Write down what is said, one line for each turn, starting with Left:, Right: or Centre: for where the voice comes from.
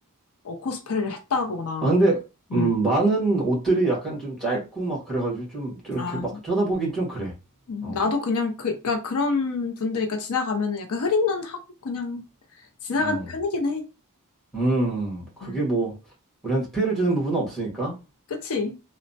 Left: 어, 코스프레를 했다거나.
Centre: 아, 근데, 음,
Left: 음.
Centre: 많은 옷들이 약간 좀 짧고 막 그래가지고 좀, 좀
Left: 아,
Centre: 이렇게 막 쳐다보긴 좀 그래.
Left: 음,
Centre: 어.
Left: 나도 그냥 그, 그러니까 그런 분들이니까 지나가면은 약간 흐린 눈 하고 그냥 지나가는
Centre: 음.
Left: 편이긴 해.
Centre: 음. 그게
Left: 음,
Centre: 뭐, 우리한테 피해를 주는 부분은 없으니까.
Left: 그치?